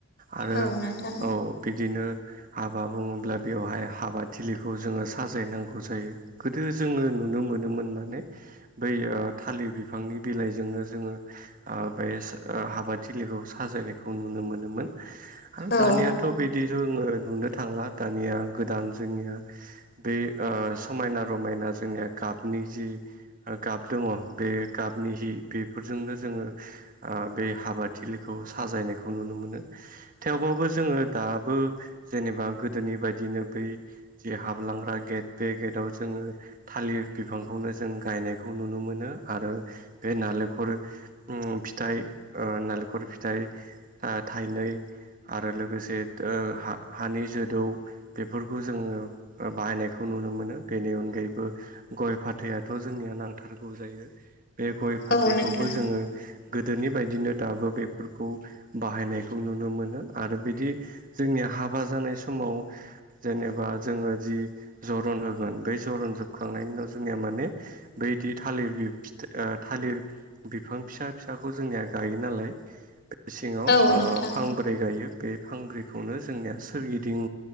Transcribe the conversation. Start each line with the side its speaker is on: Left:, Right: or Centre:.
Right: आरो
Left: औ नोंथां
Right: औ बिदिनो हाबा बुङोब्ला बेवहाय हाबा थिलिखौ जोङो साजायनांगौ जायो। गोदो जोङो नुनो मोनोमोन माने बै ओ थालिर बिफांनि बिलाइजोंनो जोङो ओ बे सो ओ हाबाथिलिखौ साजायनायखौ नुनो मोनोमोन‌। आरो
Left: औ
Right: दानियाथ' बिदि जोङो नुनो थांला दानिया गोदान जोंनिया बे ओ समायना रमायना जोंनिया गाबनि जि गाब दङ बे गाबनि हि बे बेफोरजोंनो जोङो ओ बे हाबाथिलिखौ साजायनायखौ नुनो मोनो। थेवबाबो जोङो दाबो जेनेबा गोदोनि बायदिनो बै जि हाबलांग्रा गेट बे गेटआव जोङो थालिर बिफांखौनो जों गायनायखौ नुनो मोनो आरो बे नालेंखर उम फिथाइ ओ नालेंखर फिथाइ ओ थाइनै आरो लोगोसे ओ हा-हानि जोदौ बेफोरखौ जोङो बाहायनायखौ नुनो मोनो बेनि अनगायैबो गय फाथैआथ' जोंनिया नांथारगौ जायो बे गय फाथैखौबो
Left: औ नोंथां
Right: जोङो गोदोनि बायदिनो दाबो बेफोरखौ बाहायनायखौ नुनो मोनो आरो बिदि जोंनिया हाबा जानाय समाव जेनेबा जोङो जि जरन होगोन बै जरन जोबखांनायनि उनाव जोंनिया माने बैदि थालिर बि फि फिथाइ थालिर बिफां फिसा फिसाखौ जोंनिया गायो नालाय बे सिङाव
Left: औ नोंथां
Right: ओ फांब्रै ब्रै गायो बे फांब्रैखौनो जोंनिया सोरगिदिं